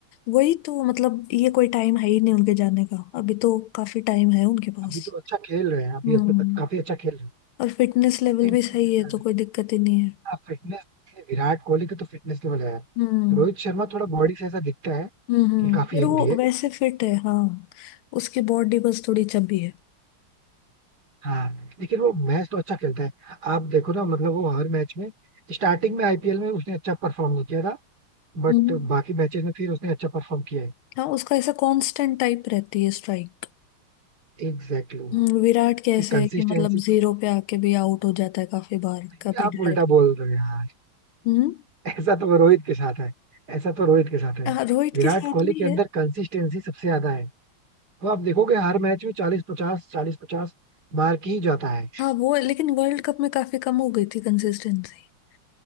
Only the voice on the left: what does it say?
वही तो मतलब ये कोई टाइम है ही नहीं उनके जाने का अभी तो काफी टाइम है उनके पास
हम्म
और फिटनेस लेवल
भी
सही
है
तो कोई दिक्कत ही नहीं है
हम्म
हम्म हम्म
यार
वो
वैसे फिट है हाँ उसकी बॉडी बस थोड़ी चबी है
हम्म
हाँ उसका ऐसा कांस्टेंट टाइप रहती है स्ट्राइक
हम्म, विराट कैसे
है कि मतलब जीरो
पे आके भी आउट हो जाता है काफी बार
कभी
डायरेक्ट
हम्म।
हाँ रोहित
के साथ
भी
है
हाँ वो है, लेकिन वर्ल्ड कप में काफी कम हो गई थी कंसिस्टेंसी